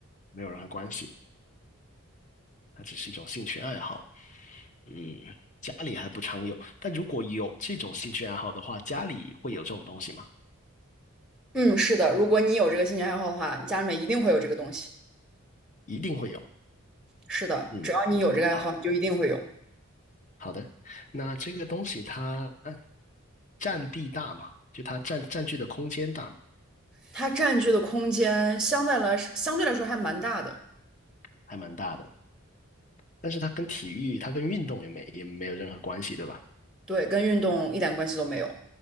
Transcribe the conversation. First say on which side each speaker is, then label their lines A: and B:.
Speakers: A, on the left; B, in the centre.
A: 没有任何关系，它只是一种兴趣爱好。嗯，家里还不常有，但如果有这种兴趣爱好的话，家里会有这种东西吗？
B: 嗯，是的，如果你有这个兴趣爱好的话，你家里面一定会有这个东西。
A: 一定会有。
B: 是的，
A: 嗯，
B: 只要你有这个爱好，
A: 好
B: 你就一定会有。
A: 好的。那这个东西它占地大嘛，就它占占据的空间大嘛，
B: 它占据的空间相对来相对来说还蛮大的，
A: 还蛮大的。但是它跟体育，它跟运动也没也没有任何关系，对吧？
B: 对，跟运动一点关系都没有，